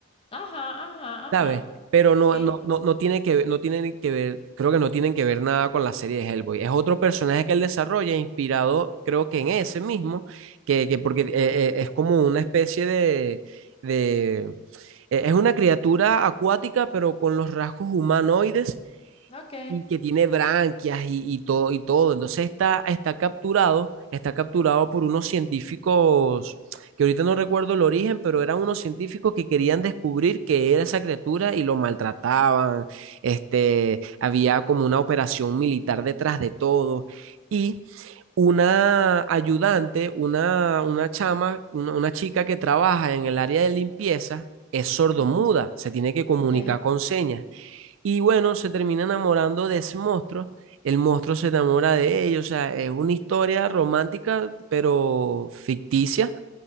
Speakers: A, on the left (about 30°); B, on the right (about 75°).
A: Ajá, ajá,
B: ¿sabes?
A: ajá.
B: Pero no,
A: Sí.
B: no, no, no tiene que ver, no tienen que ver, creo que no tienen que ver nada con la serie de Hellboy. Es otro personaje
A: Ok.
B: que él desarrolla, inspirado, creo que en ese mismo, que, que porque eh, eh, es como una especie de, de- eh, es una criatura acuática, pero con los rasgos humanoides
A: Ok.
B: y que tiene branquias y, y todo, y todo. Entonces está, está capturado, está capturado por unos científicos, que ahorita no recuerdo el origen, pero eran unos científicos que querían descubrir qué era esa criatura y lo maltrataban. Este, había como una operación militar detrás de todo. Y una ayudante, una, una chama, una, una chica que trabaja en el área de limpieza, es sordomuda,
A: Ujú,
B: se tiene que comunicar
A: Ok.
B: con señas. Y bueno, se termina enamorando de ese monstruo. El monstruo se enamora de ellos. O sea, es una historia romántica, pero ficticia.